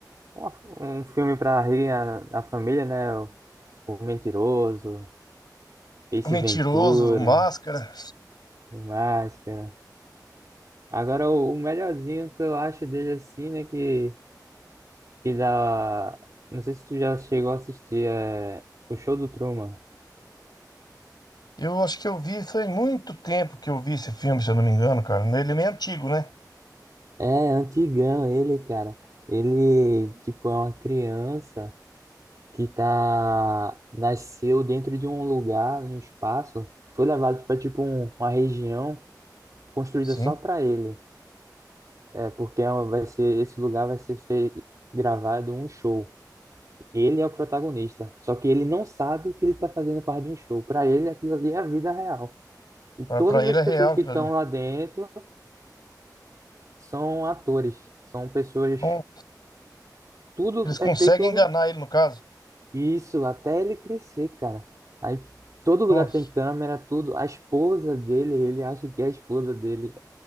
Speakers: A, on the right; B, on the left.
A: uma- um filme para rir a, a família, né? O, o Mentiroso, Ace
B: O Mentiroso,
A: Ventura,
B: o Máscara.
A: o Máscara. Agora, o, o melhorzinho que eu acho dele assim, né? Que que dá. Não sei se tu já chegou a assistir é... o show do Truman.
B: Eu acho que eu vi, foi muito tempo que eu vi esse filme, se eu não me engano, cara. Ele é meio antigo, né?
A: É, antigão ele, cara. Ele, tipo, é uma criança que tá nasceu dentro de um lugar, de um espaço, foi levado para tipo um- uma região construída
B: Sim.
A: só para ele. É, porque é uma- vai ser esse lugar vai ser feito gravado um show. Ele é o protagonista, só que ele não sabe que ele tá fazendo parte de um show. Para ele aquilo ali é a vida real. E todas
B: Pra, pra ele
A: as
B: é
A: pessoas
B: real
A: que
B: aquilo
A: estão
B: ali.
A: lá dentro são atores, são pessoas,
B: Não-
A: tudo
B: eles conseguem
A: é feito
B: enganar ele, no caso.
A: isso, até ele crescer, cara. Aí todo lugar
B: Nossa.
A: tem câmera, tudo. A esposa dele, ele acha que a esposa dele